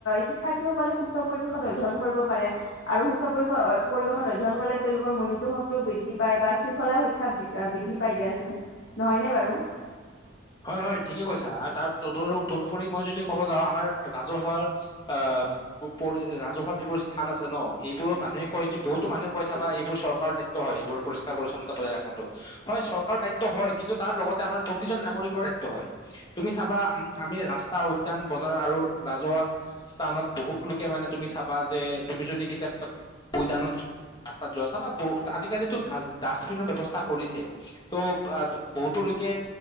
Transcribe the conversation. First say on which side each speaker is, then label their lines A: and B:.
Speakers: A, on the left; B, on the left.
A: শিক্ষাৰ্থীসকলে সুস্থ পৰিৱেশত অধ্যয় কৰিব আৰু সুস্থ-পৰিবেশত অধ্যয়ন কৰিলে। তেওঁলোকৰ মনোযোগ শক্তিও বৃদ্ধি পায় বা শৃংখলা শিক্ষা বৃদ্ধি পাই দিয়াচোন, নহয়নে বাৰু?
B: হয়, হয় ঠিকে কৈছা আৰু তাৰ ত তদুপৰি মই যদি ক'ব যাওঁ। আমাৰ ৰাজহুৱা আহ তাত পৰি ৰাজহুৱা যিবোৰ স্থান আছে ন এইবোৰৰ মানুহে কয় কি বহুতো মানুহে কৈ চাবা এইবোৰ চৰকাত খাদ্য হয় সেইবোৰ পৰিষ্কাৰ পৰি্ছন্না বজাই ৰখাটো হয়। চৰকাৰৰ দায়িত্ব হয় কিন্তু তাৰ লগতে আমাৰ প্ৰতিজন নাগৰিক নাগৰিক হয় তুমি চাবা আমি ৰাস্তা উদ্যান বজাৰ আৰু ৰাজহুৱা স্থানত বহুত লোকে মানে তুমি চাবা যে তুমি যদি কেতিয়াবা উদানত। ৰাস্তাত যোৱা বা বহুত আজিকালিতো ডা ডাষ্টবিনৰ ব্যৱস্থা কৰিছে ত' বহুতো, তাকে